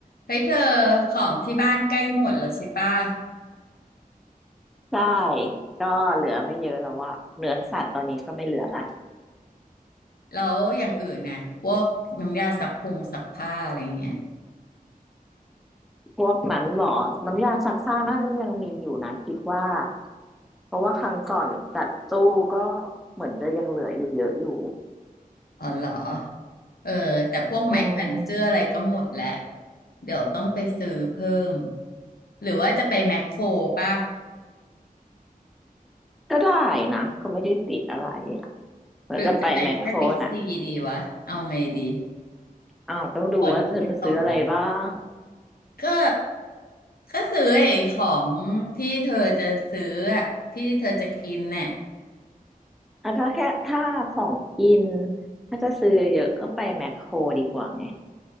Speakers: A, on the left; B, in the centre.
A: เฮ้ยเธอของที่บ้านใกล้หมดแล้วใช่ป่ะ
B: ใช่ก็เหลือไม่เยอะแล้วอะเนื้อสัตว์ตอนนี้ก็ไม่เหลือละ
A: แล้วอย่างอื่นน่ะพวกน้ำยาซักผงซักผ้าอะไรเงี้ย
B: พวกหมันหมอน้ำยาซักผ้าน่าจะยังมีอยู่นะคิดว่าเพราะว่าครั้งก่อนจัดตู้ก็เหมือนจะยังเหลืออยู่เยอะอยู่
A: อ๋อเหรอเออแต่พวกไม้แขวนเสื้ออะไรก็หมดแล้ว
B: อืม
A: เดี๋ยวต้องไปซื้อเพิ่มหรือว่าจะไปแมคโครป่ะ
B: ก็ได้นะก็ไม่ได้ติดอะไรอะเราจะไปแมคโครนะ
A: หรือจะไปแค่บิ๊กซีดีวะเอาไงดี
B: อ้าวต้องดูว่าเธอจะซื้ออะไรบ้าง
A: ฝนจะตกแล้วก็ก็ซื้อไอ้ของที่เธอจะซื้ออะที่เธอจะกินน่ะ
B: อ่ะถ้าแค่ถ้าของกินถ้าจะซื้อเยอะก็ไปแมคโครดีกว่าไง